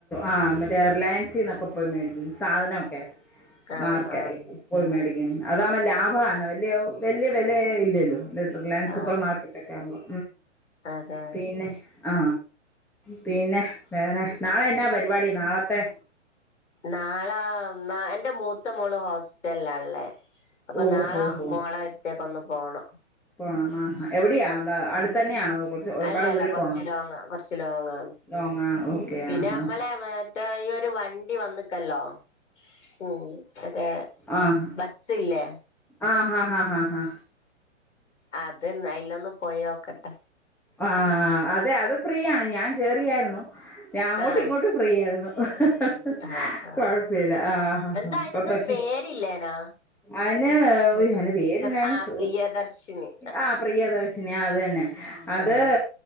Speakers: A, in the centre; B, on the left (about 80°).
A: ആ മറ്റേ റിലയൻസിൽ നിന്നൊക്കെ പോയി മേടരിക്കും സാധനമൊക്കെ
B: ആഹ്
A: മാർക്ക
B: ആഹ്
A: പോയി മേടിക്ക അതാ ലാഭ <unintelligible> ഇല്ലെ ഇല്ലല്ലോ റിലയൻ
B: ആഹ്
A: സൂപ്പർ മാർക്കറ്റ ഒക്കെ ആകുമ്പോൾ
B: അതെ അതെ
A: പിന്നെ ആ പിന്നെ വേറെ നാളെന്നാ പരിപാടി നാളത്തെ
B: നാളാ എന്റെ മൂത്ത മോളോ ഹോസ് ല്ലല്ലേ അപ്പൊ
A: ഓ
B: നാളെ
A: ഹോ ഹോ
B: മോളോ വരുത്തേക്ക ഒന്ന് പോകണം
A: പോണം ആ എവിടെയ അടുത് തന്നെയാണോ കുറച്ച് ഒരുപാട്
B: അല്ല അല്ല
A: ദൂരെ
B: കൊറച്ച്
A: പോകണോ
B: ലോങാ കൊറച്ച് ലോങാ
A: ലോങ്ങാണ് ഓക്കെ
B: പിന്നെ
A: ആഹ്
B: അമ്മളെ മറ്റേ ഈ ഒരു വണ്ടി വന്ന് കല്ലോ ഉം അതേ
A: ആഹ്
B: ബസില്ലേ
A: ആഹ് ഹാ ഹാ ഹാ ഹാ.
B: അതന്നെ അയിലോം ന്ന് പോയോക്കട്ടെ.
A: ആഹ് അ അതെ അത് ഫ്രീയാണ് ഞാൻ കേറിയായിരുന്നു. ഞാ അങ്ങോട്ടും
B: ആഹ്
A: ഇങ്ങോട്ടും ഫ്രീ ആയിരുന്നു. <unintelligible>
B: ആഹ് ആഹ്
A: കൊഴപ്പില്ല ആഹ് ഹഹ
B: എന്താ അയിനെന്തൊരു
A: ഇപ്പ പക്ഷെ
B: പേരില്ലേനാ
A: അന്റെ
B: സു
A: എന്റെ പേര് ഞാൻ
B: ആ
A: സു
B: പ്രിയദർശിനി
A: ആഹ് പ്രിയദർശിനി ആഹ് അത് തന്നെ. അത്
B: ആഹ്